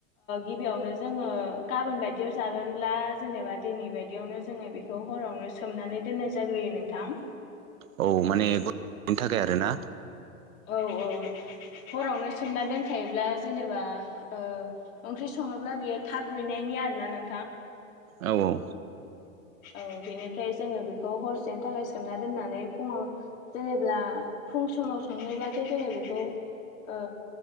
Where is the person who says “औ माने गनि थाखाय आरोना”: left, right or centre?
Right